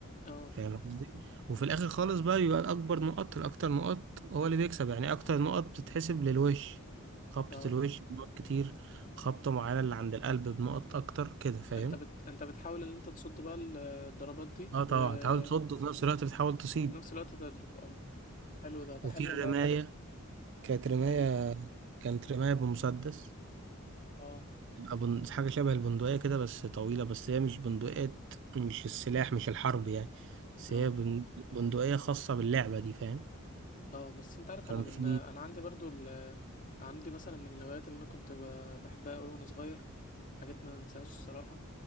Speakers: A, on the left (about 35°); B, on the right (about 55°).
A: اه
B: فاهم قصدي وفي الاخر خالص بقى يبقى الاكبر نقط الاكتر نقط هو اللي بيكسب يعني اكتر نقط بتتحسب للوش خبطة
A: اه
B: الوش بنقط كتير خبطة معينة اللي عند القلب بنقط اكتر كده فاهم
A: انت بت... انت بتحاول ان انت تصد بقى ال- الضربات دي
B: اه طبعا
A: وفي
B: تحاول تصد وفي نفس الوقت بتحاول تصيب
A: نفس الوقت تضرب اه حلو ده ده
B: وفي
A: حلوه
B: الرماية
A: اللعبه دي
B: كانت رماية
A: الرم
B: كانت رماية بمسدس
A: اه
B: تبقى بن... حاجة شبه البندقية كده بس طويلة بس هي مش بندقية مش السلاح مش الحرب يعني بس
A: اه
B: هي بن... بندقية خاصة باللعبة دي فاهم
A: اه بس انت عارف
B: كان
A: انا من
B: في
A: انا عندي برضو ال... عندي مثلا من الهوايات اللي انا كنت ب... بحبها قوي وانا صغير حاجات ما انساهاش الصراحه